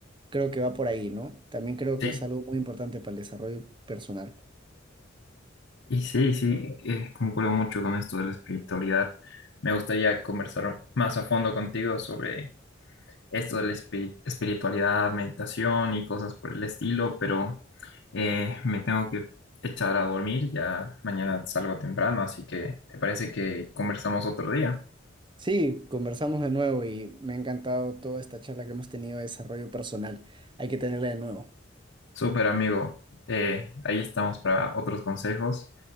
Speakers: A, on the right; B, on the left.
A: creo que va por ahí, ¿no? También creo que
B: Sí,
A: es algo muy importante para el desarrollo personal.
B: y sí, sí, eh, concuerdo mucho con esto de la espiritualidad. Me gustaría conversar más a fondo contigo sobre esto de la espi- espiritualidad, meditación y cosas por el estilo, pero eh, me tengo que echar a dormir, ya mañana salgo temprano, así que ¿te parece que conversamos otro día?
A: Sí, conversamos de nuevo y me ha encantado toda esta charla que hemos tenido de desarrollo personal. Hay que tenerla de nuevo.
B: Súper amigo, eh, ahí estamos para otros consejos